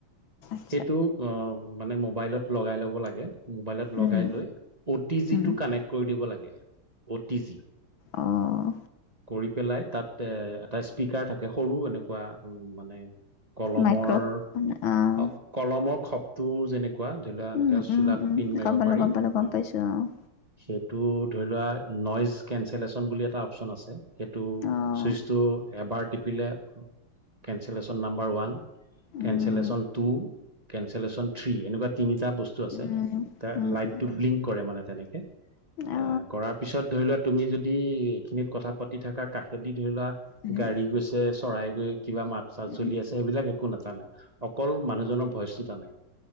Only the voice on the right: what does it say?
সেইটো অ মানে মোবাইলত লগাই ল'ব লাগে মোবাইলত লগাই
লৈ অ টি জি
টো কাত কানেক্ট কৰি দিব লাগে অ টি জি
কৰি পেলাই তাত এ এটা স্পীকাৰ থাকে সৰু এনেকুৱা উম মানে কলমৰ
অ কলমৰ খপটো যেনেকুৱা ধৰা এনেকা
চুলাত
পিন মাৰিব
পাৰি,
অ
সেইটোত ধৰি লোৱা নইজ কেনচলেচন বুলি এটা অপচন আছে। সেইটো
চুইচটো এবাৰ টিপিলে কেনচেলেশ্যন নাম্বাৰ ওৱান
কেনচেলেশ্যন টু কেনচেলেশ্যন থ্ৰী এনেকুৱা তিনিটা বস্তু আছে
লাইটো
ব্লিংক কৰে মানে তেনেকে এ
কৰাৰ পিছত ধৰি লোৱা তুমি যদি এইখিনি কথাত পাতি থকা কাষেদি ধৰি লোৱা
গাড়ী গৈছে, চৰাই গৈ কিবা মাত চাত
চলি আছে, সেইবিলাক একো নাথকে টানে অকল মানুহজনৰ ভইচটো টানে।